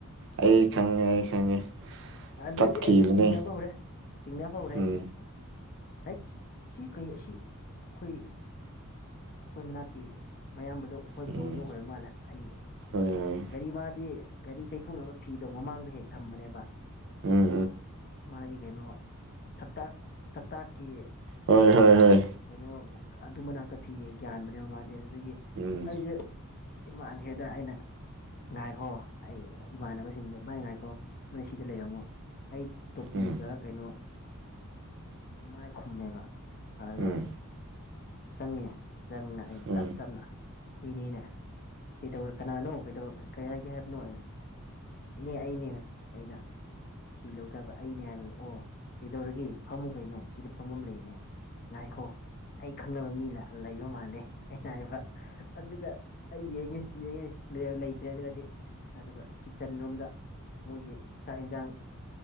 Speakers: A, on the right; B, on the left.
A: ꯑꯩ ꯈꯪꯉꯦ ꯑꯩ ꯈꯪꯉꯦ
B: ꯑꯗꯨꯗꯗꯤ
A: ꯆꯠꯈꯤꯕꯅꯦ
B: ꯑꯩꯁꯦ ꯆꯤꯡꯅꯕ ꯍꯧꯔꯦ ꯆꯤꯡꯅꯕ ꯍꯧꯔꯦ
A: ꯎꯝ
B: ꯑꯩꯁꯦ ꯍꯠ ꯁꯤ ꯀꯩ ꯑꯁꯤ ꯑꯩꯈꯣꯏ ꯑꯩꯈꯣꯏ ꯃꯅꯥ ꯀ ꯃꯌꯥꯝꯕꯗꯣ ꯑꯩꯈꯣꯏ
A: ꯎꯝ
B: ꯕ꯭ꯔꯣꯗ ꯑꯣꯏꯔ ꯃꯥꯜꯂꯦ ꯑꯩ
A: ꯍꯣꯏ ꯍꯣꯏ
B: ꯒꯥꯔꯤ ꯃꯥꯗꯤ ꯒꯥꯔꯤ ꯇꯩꯊꯣꯛꯅꯕ ꯐꯤꯗꯣ ꯃꯃꯥꯡꯗ ꯍꯦꯛ ꯊꯝꯕꯅꯦꯕ
A: ꯎꯝ ꯎꯝ
B: ꯃꯥꯒꯤ ꯀꯩꯅꯣ ꯁꯛꯇꯥꯛ ꯁꯛꯇꯥꯛꯀꯤ
A: ꯍꯣꯏ ꯍꯣꯏ ꯍꯣꯏ
B: ꯀꯩꯅꯣ ꯑꯗꯨ ꯃꯅꯥꯛꯇ ꯐꯤꯌꯦ ꯒ꯭ꯟꯕꯅꯦꯕ ꯃꯥꯗꯤ ꯑꯗꯨꯗꯒꯤ
A: ꯎꯝ
B: ꯑꯩꯁꯦ ꯈꯤꯗꯤ ꯃꯥꯡꯈ꯭ꯔꯦꯗ ꯑꯩꯅ ꯉꯥꯏꯈꯣ ꯑꯩ ꯏꯃꯥꯟꯅꯕꯁꯤꯡꯗ ꯃꯥꯏ ꯉꯥꯏꯈꯣ ꯅꯣꯏ ꯁꯤꯗ ꯂꯩꯔꯝꯃꯣ ꯑꯩ ꯇꯣꯄꯤꯒ
A: ꯎꯝ
B: ꯀꯩꯅꯣ ꯃꯥꯏ ꯈꯨꯝꯃꯦꯕ ꯑꯗ
A: ꯎꯝ
B: ꯆꯪꯉꯦ ꯆꯪꯉ ꯑꯩ
A: ꯎꯝ
B: ꯇꯞ ꯇꯞꯅ ꯏꯅꯦꯅꯦ ꯀꯩꯗꯧꯔ ꯀꯅꯥꯅꯣ ꯀꯩꯗꯔ ꯀꯩ ꯍꯥꯏꯒꯦ ꯍꯥꯏꯕꯅꯣ ꯑꯩꯅ ꯏꯅꯦ ꯑꯩꯅꯦ ꯑꯩꯅ ꯐꯤ ꯂꯧꯗꯕ ꯑꯩꯅꯦ ꯍꯥꯏꯕ ꯑꯣ ꯀꯩꯗꯧꯔꯒꯦ ꯐꯝꯃꯨ ꯀꯩꯅꯣ ꯁꯤꯗ ꯐꯝꯃ ꯑꯃ ꯂꯩꯌꯦꯦ ꯉꯥꯏꯈꯣ ꯑꯩ ꯈꯪꯅꯕ ꯃꯤ ꯂꯩꯕ ꯃꯥꯜꯂꯦ ꯑꯩꯅ ꯍꯥꯏꯕ ꯑꯗꯨꯒ ꯑꯩ ꯌꯦꯡꯉꯦ ꯌꯦꯡꯉꯦ ꯂꯩꯇ꯭ꯔꯦ ꯑꯗꯨꯒꯗꯤ ꯑꯗꯨꯒ ꯀꯤꯠꯆꯟ ꯔꯣꯝꯗ ꯃꯣꯏꯒꯤ ꯆꯥꯛ ꯌꯦꯟꯁꯥꯡ